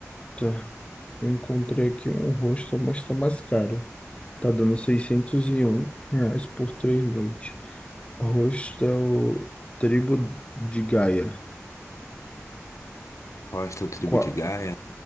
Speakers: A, on the left (about 25°); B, on the left (about 75°).
A: Eita, eu encontrei aqui um rosto, mas está mais caro. Tá dando 601 reais por três noites. Host é o Tribo de Gaia.
B: Hostel Tribo
A: Qua-
B: de Gaia.